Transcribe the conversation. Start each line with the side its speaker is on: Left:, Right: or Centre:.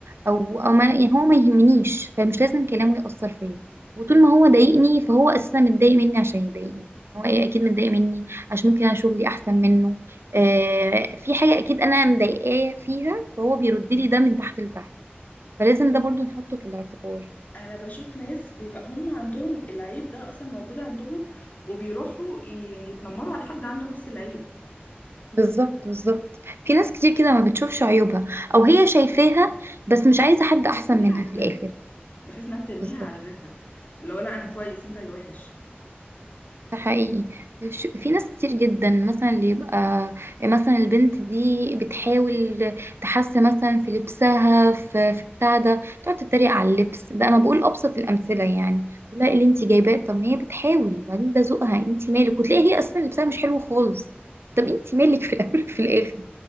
Right: او او ما يعني هو ما يهمنيش فمش لازم كلامه يأثر فيا وطول ما هو ضايقني فهو اساسا متضايق مني عشان يضايقني يعني هو اكيد متضايق مني عشان ممكن انا شغلي احسن منه آه في حاجة اكيد انا مضايقاه فيها فهو بيرد لي ده من تحت لتحت فلازم ده برضو نحطه في الاعتبار
Left: انا بشوف ناس بيبقى هم عندهم العيب ده اصلا موجود عندهم وبيروحوا ي- يعني يتنمروا على حد عنده نفس العيب
Right: بالظبط بالظبط في ناس كتير كده ما بتشوفش عيوبها او هي شايفاها بس مش عايزة حد
Left: بترميها
Right: احسن منها
Left: على
Right: في الاخر
Left: غيرها بحيث انها بترميها
Right: بالظبط
Left: على غيرها اللي هو لا انا
Right: بالظبط.
Left: كويس انت اللي وحش
Right: ده حقيقي ش- في ناس كتير جدا مثلا اللي يبقى مثلا البنت دي بتحاول تحسن مثلا في لبسها في في بتاع ده تقعد تتريق على اللبس ده انا بقول ابسط الامثله يعني لا اللي انت جايباه طب ما هي بتحاول وبعدين ده ذوقها انت مالك وتلاقي هي اصلا لبسها مش حلو خالص طب انت مالك في الاول في الاخر